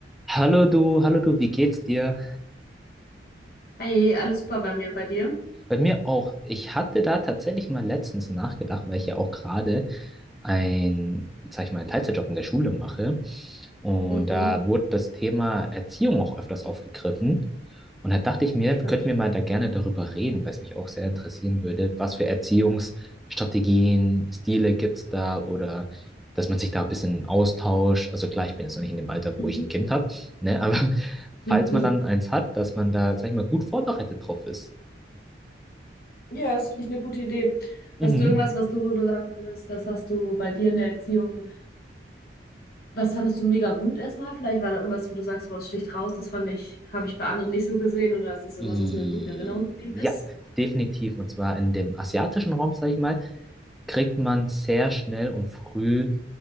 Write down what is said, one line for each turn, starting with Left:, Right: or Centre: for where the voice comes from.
Centre: Hallo du, hallo du, wie geht's dir?
Left: Hey, alles super bei mir, bei dir?
Centre: Bei mir auch. Ich hatte da tatsächlich mal letztens nachgedacht, weil ich ja auch gerade ein, sag ich mal, einen Teilzeitjob in der Schule mache. Und
Left: Mhm.
Centre: da wurde das Thema Erziehung auch öfters aufgegriffen. Und da dachte ich mir,
Left: Ja, Spannend.
Centre: könnten wir mal da gerne darüber reden, weil es mich auch sehr interessieren würde, was für Erziehungsstrategien, Stile gibt es da oder dass man sich da ein bisschen austauscht. Also klar, ich bin jetzt noch nicht in dem Alter,
Left: Mhm.
Centre: wo ich ein Kind habe, ne? Aber <laughs> falls
Left: <laughs>
Centre: man dann eins hat, dass man da, sag ich mal, gut vorbereitet drauf ist.
Left: Ja, das finde ich eine gute Idee.
Centre: Mhm.
Left: Hast du irgendwas, was du, wo du sagen würdest, das hast du bei dir in der Erziehung, was fandest du mega gut erstmal? Vielleicht war da irgendwas, wo du sagst, boah, das sticht raus, das fand ich, habe ich bei anderen nicht so gesehen oder es ist irgendwas,
Centre: I
Left: was mir gut in Erinnerung geblieben ist?
Centre: ja, definitiv. Und zwar in dem asiatischen Raum, sag ich mal. kriegt man sehr schnell und früh